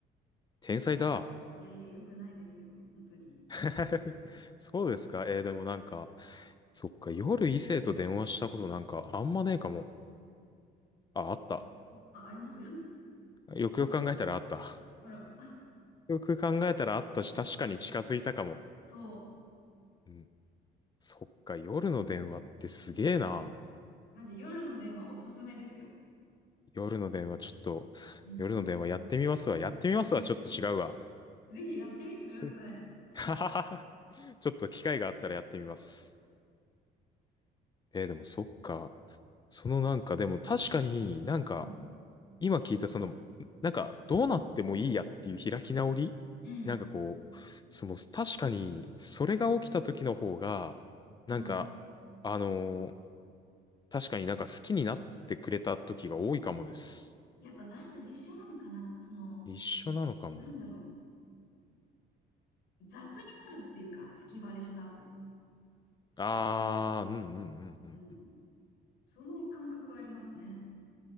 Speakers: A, on the left; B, on the left.
A: 天才だ。
B: いやいや、良くないですよ。本当に。
A: <laughs> そうですか。えーでもなんか、そっか、夜異性と電話したことなんかあんまねえかも。あ、あった。
B: あ、そう、あ、あります <laughs>
A: よくよく考えたらあった。
B: あら、
A: よく考えたらあったし、確かに近づいたかも。
B: そ
A: うん。そっか、夜の電話ってすげえな。
B: う。マジ、夜の電話おすすめですよ。
A: 夜の電話ちょっと、
B: うん。
A: 夜の電話やってみますわ。やってみますわ。ちょっと違うわ。
B: ぜひやってみてください。
A: す、<laughs> ははは。ちょっと機会があったらやってみます。えーでもそっか。そのなんか、でも確かになんか、
B: うん。
A: 今聞いたその、なんかどうなってもいいやっていう開き直りなんかこう、
B: うん。
A: その確かにそれが起きた時の方が、なんか、
B: うん。
A: あのー確かになんか好きになってくれた時が多いかもです。
B: やっぱ男女一緒なのかなその、
A: 一緒なのかも。
B: なんだろう。雑になるっていうか、隙バレした後。
A: あー、うんうんうんうんうん。
B: うん。その感覚はありますね。